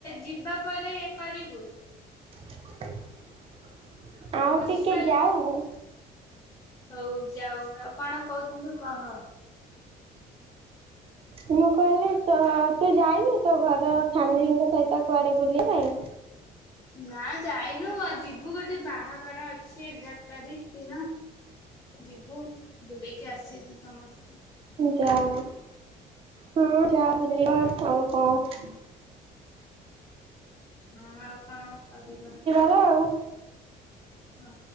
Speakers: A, on the left (about 20°); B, on the right (about 35°).
A: ଯିବା ପରେ କରିବୁ?
B: <unintelligible> ଆଉ
A: ବୁଝିପାରିଛୁ
B: ଟିକେ ଯାଉ
A: ହଉ ଯାଉ ଆଉ କଣ କହୁଥିଲୁ କହ।
B: ମୁଁ କହିଲି ତ ତୁ ଯାଇନୁ ତୋ ଘର ଫ୍ୟାମିଲିଙ୍କ ସହିତ କୁଆଡ଼େ ବୁଲିଆ ପାଇଁ?
A: ନାଁ ଯାଇନୁ ଯିବୁ ଗୋଟେ ବାହାଘର ଅଛି ଏଗାର ତାରିକ୍ ଦିନ। ଯିବୁ ବୁଲିକି ଆସିବୁ ସମସ୍ତେ।
B: ଯାଅ ହୁଁ ଯା ବୁଲିବ ଆ‌‌‌ଉ କଁ କଁ?
A: ହଁ ଆଉ କଣ କରିବା?
B: ତ ଆଉ
A: ହଁ